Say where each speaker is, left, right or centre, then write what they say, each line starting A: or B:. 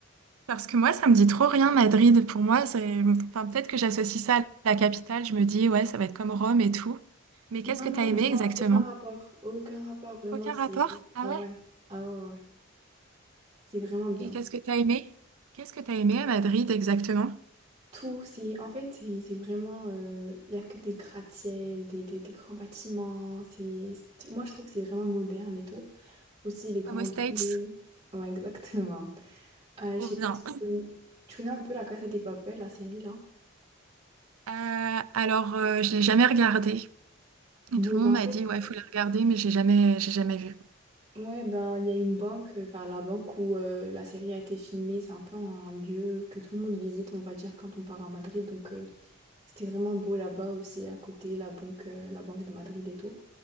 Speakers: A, on the right; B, on the right.
A: Parce que moi, ça me dit trop rien, Madrid. Pour moi, c'est... Enfin, peut-être que j'associe ça à la capitale. Je me dis, ouais, ça va être comme Rome et tout. Mais qu'est-ce
B: Non,
A: que t'as
B: non,
A: aimé
B: vraiment,
A: exactement?
B: aucun rapport. Aucun rapport, vraiment,
A: Aucun
B: c'est...
A: rapport? Ah
B: Ah
A: ouais?
B: ouais, ah ouais, ouais. ouais. C'est vraiment bien.
A: Et qu'est-ce que t'as aimé? Qu'est-ce que t'as aimé à Madrid exactement?
B: Tout, c'est... En fait, c'est c'est vraiment... Il n'y a que des gratte-ciel, des, des, des grands bâtiments. C'est... c'est- Moi, je trouve que c'est vraiment moderne et tout. Aussi, les grandes
A: Comme aux States?
B: rues. Ouais, exactement. Euh, je
A: Trop
B: sais pas
A: bien.
B: si tu connais... Tu connais un peu la Casa des Papel, la série, là?
A: Euh, alors, euh, je l'ai jamais regardé. Et
B: Bon,
A: tout le
B: bah
A: monde m'a
B: en fait...
A: dit, ouais, faut la regarder, mais j'ai jamais, j'ai jamais vu.
B: Ouais, ben il y a une banque, euh, enfin la banque où euh, la série a été filmée, c'est un peu un lieu que tout le monde visite, on va dire, quand on part à Madrid. Donc euh, c'était vraiment beau là-bas aussi, à côté, la banque, euh, la banque de Madrid et tout.